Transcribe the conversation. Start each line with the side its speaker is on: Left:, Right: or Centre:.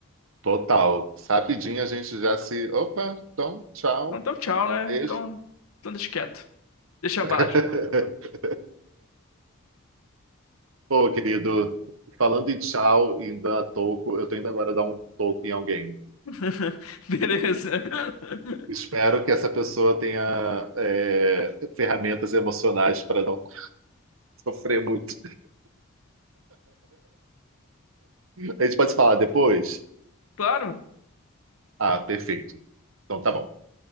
Right: Total. Rapidinho a gente já se. Opa, então, tchau.
Left: Ah, Então, tchau, né?
Right: Beijo.
Left: Então, então deixa quieto. Deixa abaixo.
Right: <laughs> Pô, querido, falando em tchau e dar toco, eu tô indo agora dar um toco em alguém.
Left: <laughs> Beleza. <laughs>
Right: Espero que essa pessoa tenha é, ferramentas emocionais para não <laughs> sofrer muito. A gente pode se falar depois?
Left: Claro,
Right: Ah, perfeito. Então tá bom.